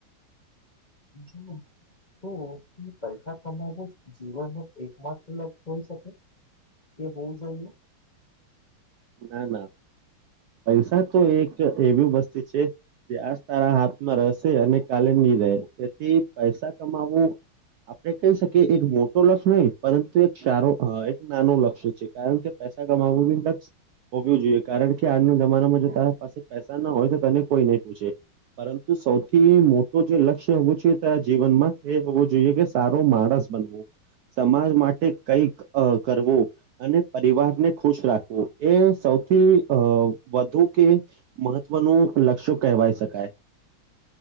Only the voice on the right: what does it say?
ના ના પૈસા તો એક એવી વસ્તી છે જે આ તારા હાથમાં રહેસે અને કાલે નહી રહે એથી પૈસા કમાવવું આપડે કહી શકીએ એક મોટ લક્ષ્ય નહીિ પરંતુ એક સારો એક નાનું લક્ષ્ય છે કારણ કે પૈસા કમાવવું બી લક્ષ હોવીું જોઈએ કારણ કે આજના જમાનામાં જો તારા પાસે પૈસા ના હોય તો તને કોઈ નહી પૂછે પરંતુ સૌથી મોટો જે લક્ષ્ય હોવું જો જીવનમાં એ હોવું જોઈએ કે સારો માણસ બનવો સમાજ માટે કઈક કરવો અને પરિવાર ને ખુશ રાખવો એ સૌથી અ વધુ કે મહત્વનું લક્ષ્ય કહેવાય શકાય